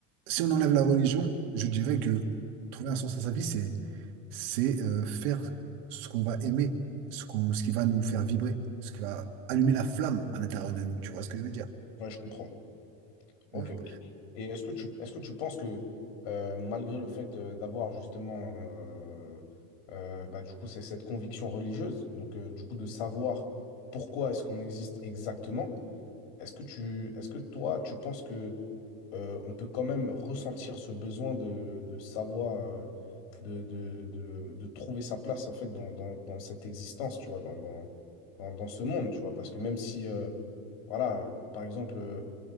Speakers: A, on the right (about 80°); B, on the left (about 85°).
A: si on enlève la religion, je dirais que trouver un sens à sa vie, c'est c'est euh, faire ce qu'on va aimer, ce qu'on, ce qui va nous faire vibrer, ce qui va allumer la flamme à l'intérieur de nous. Tu vois ce que je veux dire?
B: Ouais, je comprends. Ok,
A: Mm.
B: ok. Et est-ce que tu, est-ce que tu penses que euh, malgré le fait euh, d'avoir justement euh, euh, bah, du coup c'est cette conviction religieuse, donc euh, du coup de savoir pourquoi est-ce qu'on existe exactement, est-ce que tu, est-ce que toi tu penses que euh, on peut quand même ressentir ce besoin de, de savoir, euh, de, de, de, de trouver sa place en fait dans, dans, dans cette existence, tu vois, dans, dans, dans, dans ce monde, tu vois, parce que même si, euh, voilà, euh, par exemple, euh,